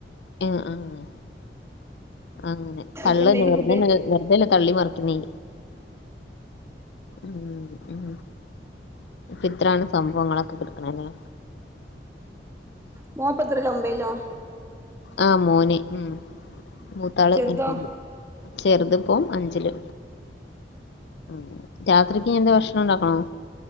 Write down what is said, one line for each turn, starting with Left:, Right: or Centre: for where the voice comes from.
Left: എഹ് ആഹ് അങ്ങനെ
Right: ഇങ്ങക്ക്
Left: തള്ളന്നെ
Right: എന്തേനി
Left: വട്ന്നങ്ങനെ
Right: ഫുഡ്
Left: വെർതെല്ല തള്ളി മറിക്ക്ണേ ഉം ഉം ഇത്രാണ് സംഭവങ്ങളൊക്കെ കെട്ക്ക്ണല്ലേ
Right: മോ പ്പത്രലാ ഒമ്പയിലോ
Left: ആഹ് മോന് ഉം മൂത്താള്
Right: ചെറുതോ
Left: ഒമ്പെല് ചെറ്ത് പ്പൊ അഞ്ചില് ഉം രാത്രി ഇനി എന്ത ഭക്ഷണം ഉണ്ടാക്കണോ?